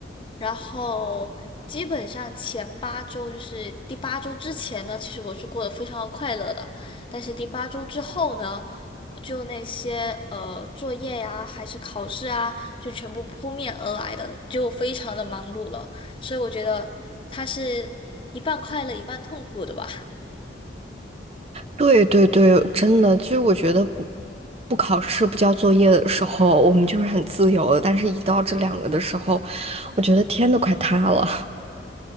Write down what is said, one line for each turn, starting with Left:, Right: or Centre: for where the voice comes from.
Left: 然后基本上前八周就是第八周之前呢，其实我是过得非常的快乐的，但是第八周之后呢？就那些呃作业呀，还是考试啊，就全部扑面而来的，就非常的忙碌了。所以我觉得它是一半快乐一半痛苦的吧。
Right: 对对对，真的，其实我觉得不不考试、不交作业的时候，我们就是很自由的，但是一到这两个的时候，我觉得天都快塌了，